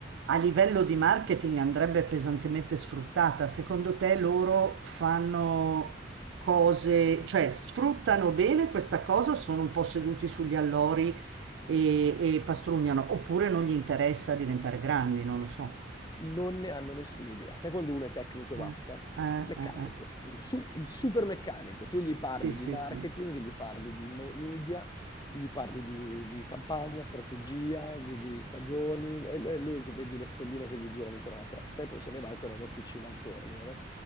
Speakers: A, on the right (about 70°); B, on the left (about 20°).
A: A livello di marketing andrebbe pesantemente sfruttata. Secondo te loro fanno cose, cioè sfruttano bene questa cosa o sono un po' seduti sugli allori
B: mh,
A: e, e pastrugnano? Oppure non gli interessa diventare grandi, non lo so.
B: non ne hanno nessuna idea. Sai quando uno è tecnico e
A: Eh,
B: basta?
A: eh,
B: Meccanico,
A: eh, eh.
B: un su- il super meccanico. Tu gli parli
A: Sì, sì,
B: di marketing,
A: sì.
B: gli parli di me- media, gli parli di, di campagna, strategia, di, di stagioni, e lui lui vedi le stelline che gli girano intorno alla testa e poi se ne va e torna in officina al tornio, no?